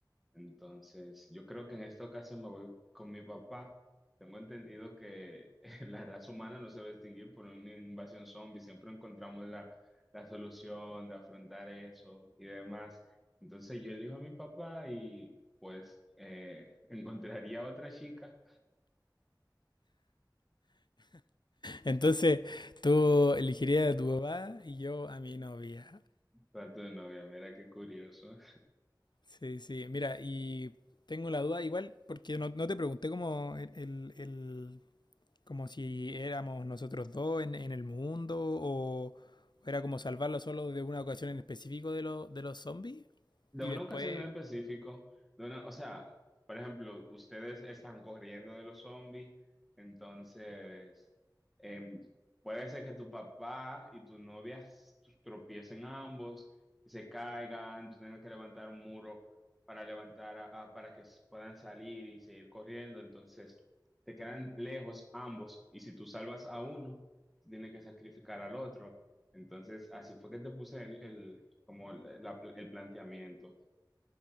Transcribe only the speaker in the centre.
Entonces, yo creo que en esta ocasión me voy con mi papá. Tengo entendido que <laughs> la raza humana no se va a extinguir por una invasión zombie. Siempre encontramos la, la solución de afrontar eso y demás. Entonces, yo elijo a mi papá y pues eh, <laughs> encontraría a otra chica
para tu novia. Mira qué curioso.
De
una
ocasión en específico, de una- o sea, por ejemplo, ustedes están corriendo de los zombies, entonces em, puede ser que tu papá y tu novia s- tropiecen ambos y se caigan, tú tengas que levantar un muro para levantar a- a- para que s- puedan salir y seguir corriendo, entonces te quedan lejos ambos y si tú salvas a uno, tienes que sacrificar al otro. Entonces, así fue que te puse el, como el, la- el planteamiento.